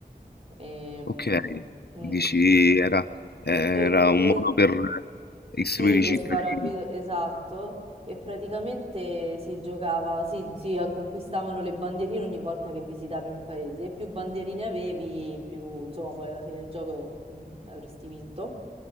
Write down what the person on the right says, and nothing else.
Ehm,
mm,
E,
e,
Sì,
per
far abito, esatto. E praticamente si giocava, sì, si conquistavano le bandierine ogni volta che visitavi un paese. E più bandierine avevi, più, insomma, poi alla fine del gioco mh, avresti vinto.